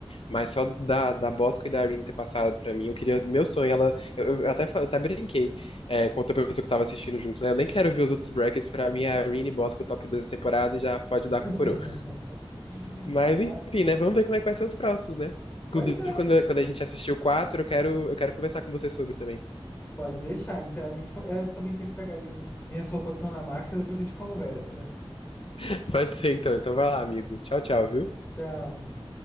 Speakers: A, on the left; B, on the left.
A: Mas só da, da Bosco e da Irene ter passado pra mim, eu queria. Meu sonho, ela. Eu, eu até, fa- até brinquei é, com outra pessoa que eu tava assistindo junto, né? Eu nem quero ver os outros brackets. Pra mim, é a Irene e Bosco, top 2 da temporada, e já pode
B: <laughs>
A: dar coroa. Mas
B: Ah,
A: enfim, né? Vamos ver como é que vai ser os próximos, né?
B: pois
A: Inclusive,
B: é,
A: quando, quando a gente assistir o 4 eu quero, eu quero conversar com você sobre também.
B: pode deixar. Então a gente. com- Eu também tenho que pegar ali mi- minhas roupas que estão na máquina, depois a gente conversa.
A: <laughs> Pode ser, então. Então vai lá, amigo. Tchau, tchau, viu?
B: Tchau.